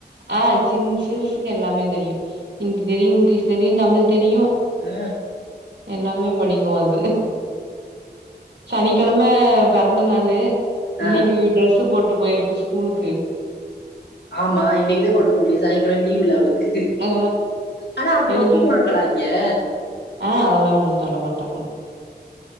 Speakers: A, on the right; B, on the left.
A: ஆ சின் சிறுசுக்கு எல்லாமே தெரியு தி தெரியு இங்லீஷ் தெரியு தமிழ் தெரியு
B: ஆ
A: எல்லாமே படிக்கு அது சனிக்கெழம பெறந்தநாளு இன்னைக்கு
B: ஆ
A: ட்ரெஸ்ஸு போட்டு போயிர்க்கு ஸ்கூலுக்கு
B: ஆமா இன்னைக்குதா போட்டுபோ முடியு சனிக்கெழம லீவ்ல அவ்ளுக்கு
A: ஆ
B: ஆனா அப்டி
A: எல்லா
B: ஒத்துக்குவாங்களா இங்கெ
A: ஆ அதெல்லா ஒன்னு சொல்ல மாட்டாங்க